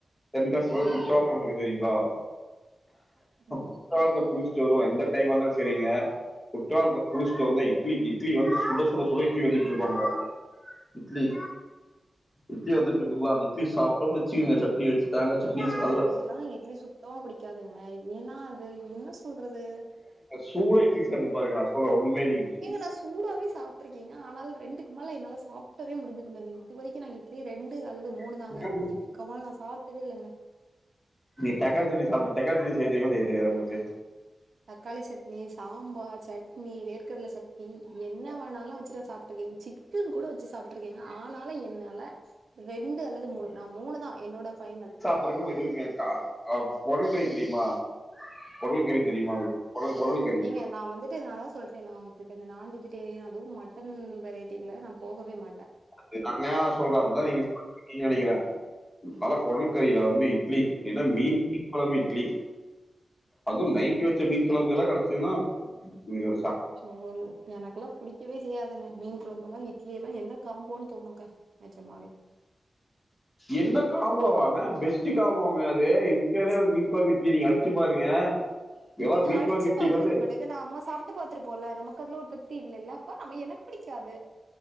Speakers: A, on the left; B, on the right.
A: தென்காசியோட
B: ம்
A: குற்றால இருக்கு தெரியுங்ளா
B: ம்
A: குற்றாலத்ல குள்ச் சி வருவோ எந்த டைமா இருந்தாலு செரிங்க குற்றாலத்த குளிச்ட்டு வந்த இ இட்லிக்கி இட்லி வந்து சுட சுட சுட இட்லி வெந்துட்ருக்கு அங்க இட்லி இட்லி வெந்துட்ருக்குங்ளா அந்த இட்லி சப்ட்டோன் வச்சுக்கங்க சட்னி வச்சு தேங்கா சட்னி
B: ஏங்க
A: கல்ல
B: எனக்குல்லா இட்லி சுத்தமா புடிக்காதுங்க ஏன்னா அது என்ன சொல்றது
A: சூட இட்லி சாப்ட்டு பாருங்க நா சொல்ற ஒன்னுமே இல்லிங்கோ
B: ஏங்க நா சூடாவவே சாப்ட்ருக்கேங்க ஆனாலு ரெண்டுக்கு மேல என்னால சாப் ட்டவே முடிஞ்சதுல்லங்க இது வரிக்கு நா இட்லி ரெண்டு அல்லது மூணு
A: கேளுங்க
B: தாங்க இதுக்கமால நா சாப்ட்டதே இல்லங்க
A: நீ தக்காள் சட்னி சாப்ட்டு தக்காளி சட்னி செய் தெரிய்மா செய்ய தெரியாதா உங்ளுக்கு
B: தக்காளி சட்னி சாம்பார் சட்னி வேர்க்கடல சட்னி என்னா வாணாலு வச்சுட்ட சாப்ட்ருக்கேங் சிக் குன் கூட வச்சு சாப்ட்ருக்கேங்க ஆனாலு என்னால ரெண்டு அல்லது மூணு நா மூணுதா என்னோட ஃபைனல்
A: அப்பற இன்னொரு இது இருக்குங்க க அ கொடல் கறி தெரிய்மா கொடல் கறி தெரியுமா உங்ளுக் கொடல் கொடல் கறி
B: ஏ நா வந்துட் ட்டு நதா சொல்ட்டேன்ல அவுங்கிட்ட இந்த நான் வெஜிடேரியன் அதுவு மட்டன் வெரைட்டில நா போகவே மாட்ட
A: <inaudible> சொல்ற அத்தா நீ <inaudible> நெனக்கிற பல கொடல் கறியில வந்து இட்லி ஏன்னா மீன் மீன் கொழம்பு இட்லி அது நைட்டு வச்ச மீன் கொழம்பு எல்லா கடைச்சிதுனா இங்க
B: சோன் எனக்ல்லா புடிக் கிவே செய்யாதுங்க மீன் குழம்பலா இட்லி எல்லா என்ன காம்போன் தோணுங்க நிஜமாவே
A: என்ன காம்போவாங்க பெஸ்ட் காம்போங்க அது இருக்கற்துலே
B: ச
A: வந்து மீன் கொழம்பு இட்லி நீங்க அடிச்சு ச்சி பாருங்க இதெல்லாம்
B: ஏங்க
A: மீன்
B: அடிச்சு
A: குழம்பு இட்லிக்கு
B: பாக்குறது
A: வந்து
B: இருக்கட்டுங்க ந அம்மா சாப்ட்டு பாத்துருபோல்ல நமக்கு அதுல ஒரு திருப்தி இல்லல்ல அப்ப நம்ம எனக் புடிக்காது